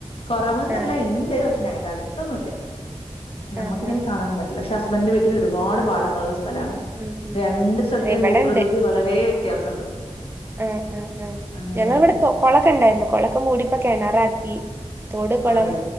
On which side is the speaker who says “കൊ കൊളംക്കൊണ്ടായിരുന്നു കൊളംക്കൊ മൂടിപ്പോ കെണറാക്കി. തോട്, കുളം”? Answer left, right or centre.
Right